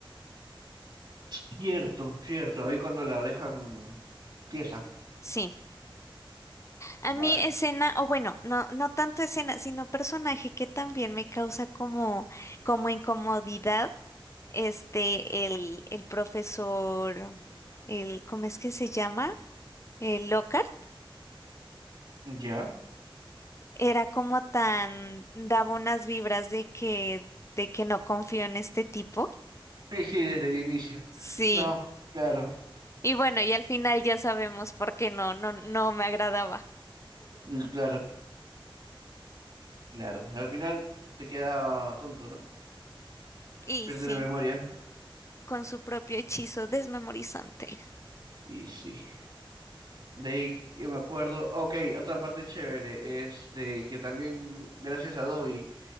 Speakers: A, on the right (about 55°); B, on the left (about 30°).
A: Cierto, cierto. Ahí cuando la dejan pieza.
B: Sí, a
A: Vale.
B: mí escena, o bueno, no, no tanto escena, sino personaje que también me causa como, como incomodidad, este, el, el profesor, el, ¿cómo es que se llama? El Lockhart.
A: ¿Ya?
B: era como tan, daba unas vibras de que, de que no confío en este tipo.
A: Sí, sí, desde el inicio.
B: Sí.
A: No, claro,
B: Y bueno, y al final ya sabemos por qué no, no, no me agradaba.
A: mm, claro, claro. Al final se queda tonto, ¿no?
B: Y
A: Pierde
B: sí,
A: la memoria.
B: con su propio hechizo desmemorizante.
A: Y sí. De ahí yo me acuerdo. Ok, otra parte chévere. Este, que también, gracias a Dobby,